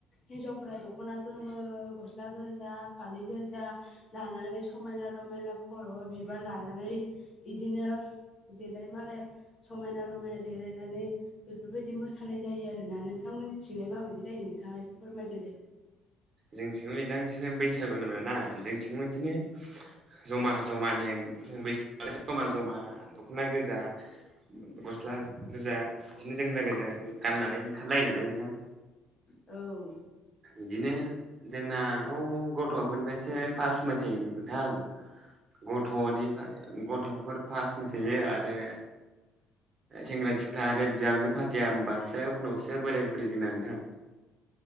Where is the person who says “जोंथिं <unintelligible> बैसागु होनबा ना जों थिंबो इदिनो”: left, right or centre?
Right